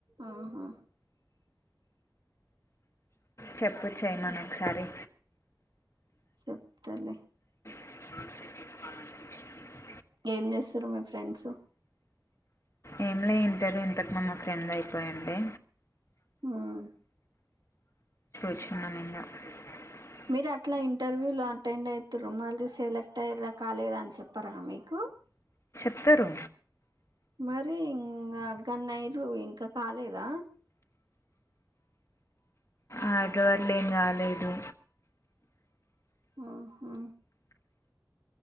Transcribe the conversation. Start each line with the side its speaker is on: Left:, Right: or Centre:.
Right: ఆహా
Left: చెప్ప చ్చాయి మన ఒకసారి‌
Right: చెప్తలే
Left: <unintelligible>
Right: ఏంచేస్తూ రు మి ఫ్రెండ్స్
Left: ఏం లే ఇంటర్ ఇంతకు మా ఫ్రెండ్ అయిపోయుండే
Right: ఉమ్
Left: <unintelligible> చాహ <unintelligible>
Right: మీరు అట్లా ఇంటర్వ్యూలు అటెండ్ అవుతారు మళ్ళీ సెలెక్ట్ అయ్యారా కాలేద అని చెప్పరా మీకు
Left: తరు
Right: మరి ఇంగా గన్నేరు ఇంకా కాలేదా
Left: ఆడ వాడ్లు ఏం కాలేదు
Right: ఆ హా